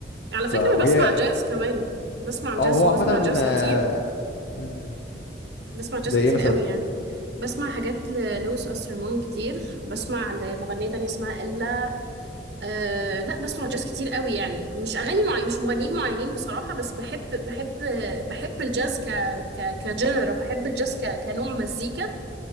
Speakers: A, on the right; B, on the left.
A: على
B: ف
A: فكرة
B: وهي
A: أنا بسمع جاز كمان بسمع جاز
B: اه هو
A: وبسمع
B: عامة
A: جاز
B: آه،
A: كتير
B: مم،
A: بسمع جاز
B: زي
A: كتير
B: ايه مثلا
A: قوي يعني بسمع حاجات للويس أسترمون كتير بسمع لمغنية تانية اسمها إلا أه لا بسمع جاز كتير قوي يعني مش أغاني معين مش مغنيين معينين بصراحة بس بحب بحب بحب الجاز ك ك كجنرا بحب الجاز ك كنوع مزيكا